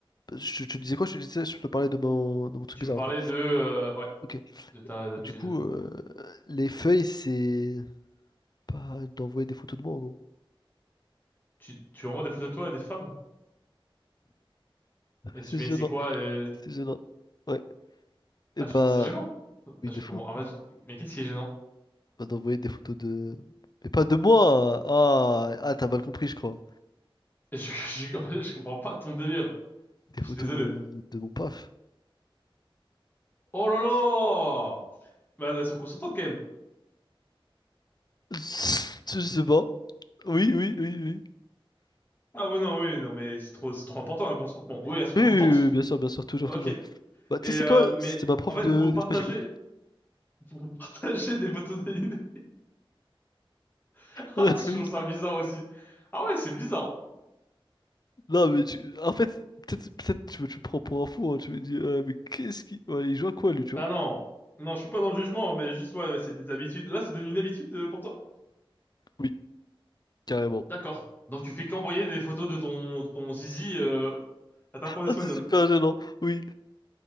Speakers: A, on the left (about 45°); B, on the left (about 20°).
A: Je te disais quoi? Je te disais, je te parlais de mon, de mon truc
B: Tu
A: bizarre,
B: me parlais
A: ok.
B: de, euh, ouais.
A: Ok.
B: de ta aptitude?
A: Et Du coup, euh, les feuilles, c'est. Pas d'envoyer des photos de moi, en gros.
B: Tu, tu envoies des photos de toi à des femmes?
A: <laughs>
B: Et
A: C'est
B: tu, mais
A: gênant.
B: c'est quoi, euh...
A: C'est gênant. Ouais. Et
B: Ah,
A: bah.
B: tu trouves ça gênant?
A: Oui,
B: Je
A: de fou.
B: comprends. Ah, moi, je- mais qu'est-ce qui est gênant?
A: Bah, d'envoyer des photos de. Mais pas de moi! Ah, ah t'as mal compris, je crois.
B: <laughs> Je, je, je je comprends pas ton délire.
A: Des
B: Je
A: photos
B: suis désolé.
A: de, de mon paf.
B: Oh là là! bah elles sont consentantes quand même.
A: <laughs> Je sais pas. Oui, oui, oui, oui.
B: Ah oui, non, oui, non, mais c'est trop, c'est trop important, le consentement. Oui, elles sont
A: Oui,
B: consentantes.
A: oui, oui, oui, bien sûr, bien sûr, toujours,
B: Ok.
A: toujours. Bah, tu
B: Et,
A: sais, c'est
B: euh,
A: quoi?
B: mais,
A: C'était ma prof
B: en fait,
A: de
B: vous vous partagez,
A: d'espagnol.
B: <laughs> vous vous partagez des photos dénudées. <laughs>
A: <laughs>
B: Ah, je trouve ça bizarre aussi. Ah ouais, c'est bizarre, hein.
A: Non, mais tu... en fait, peut-être peut-être tu, me- tu me prends pour un fou, hein, tu me dis, euh, mais qu'est-ce qui. Ouais, il joue à quoi lui, tu
B: Ah
A: vois?
B: non. Non, je suis pas dans le jugement, mais juste, ouais, ouais, c'est des habitudes. Là, c'est devenu une habitude euh, pour toi?
A: Oui, carrément.
B: D'accord. Donc tu fais qu'envoyer des photos de ton, de ton zizi euh, à ta prof d'espagnol.
A: Ah, c'est super gênant, oui,